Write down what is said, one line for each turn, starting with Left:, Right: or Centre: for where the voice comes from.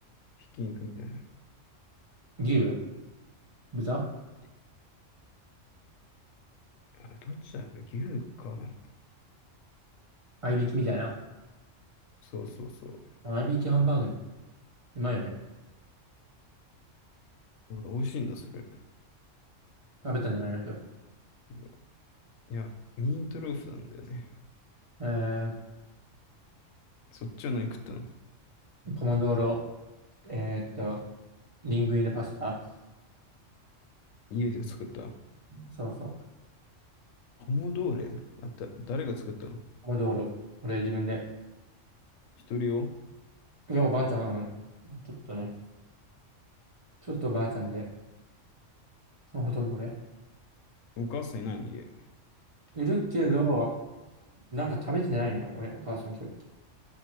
Left: ひき肉みたいな。
Right: 牛豚
Left: えあれ、どっちだっけ牛かな
Right: 合いびきみたいな。
Left: そうそうそう。
Right: 合いびきハンバーグ。うまいよね。
Left: あ美味しいんだ、それ。
Right: 食べたんじゃないの今日。
Left: けど、いや、ミートローフなんだよね。
Right: えー
Left: そっちは何食ったの
Right: ポモドーロ、えーっと、リングイネパスタ。
Left: 家で作った
Right: そうそう。
Left: ポモドーレあた、誰が作ったの
Right: ポモドーロ。俺自分で。
Left: 一人用
Right: いや、おばあちゃん、ちょっとね、ちょっとおばあちゃんで、ほとんど俺。
Left: お母さんいないの家。
Right: いるけど、なんか食べてないね、俺、お母さん今